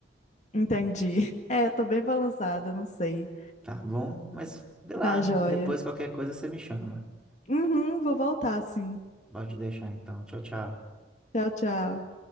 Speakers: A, on the left; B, in the centre.
A: Entendi. <laughs> É, tô bem balançada, não sei.
B: Tá bom? Mas, vê lá,
A: Tá joia.
B: depois qualquer coisa você me chama.
A: Uhum, vou voltar, sim.
B: Pode deixar então. Tchau, tchau.
A: Tchau, tchau.